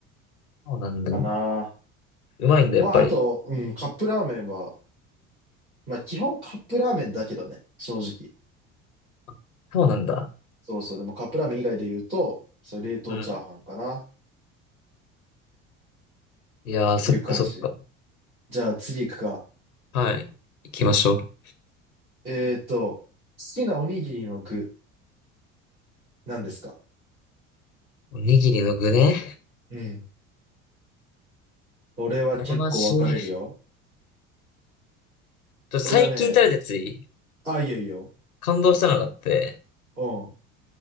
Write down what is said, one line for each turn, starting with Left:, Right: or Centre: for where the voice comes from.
Left: そうなんだ。
Right: かな。
Left: うまいんだ、
Right: まあ、
Left: やっぱり。
Right: あと、うん、カップラーメンは、まあ、基本カップラーメンだけどね、正直。
Left: あそうなんだ。
Right: そうそう、でもカップラーメン以外で言うと、それ冷凍チャーハンかな。
Left: うん。いやー、そっかそっか。
Right: ていう感じ。じゃあ次行くか。
Left: はい。行きましょう。
Right: えーと、好きなおにぎりの具、何ですか
Left: おにぎりの具ね。
Right: うん。俺は結構分かれるよ。
Left: 悩ましい。ちょ、最近食べたやついい
Right: 俺はね、あ、いいよいいよ。
Left: 感動したのがあって、
Right: うん。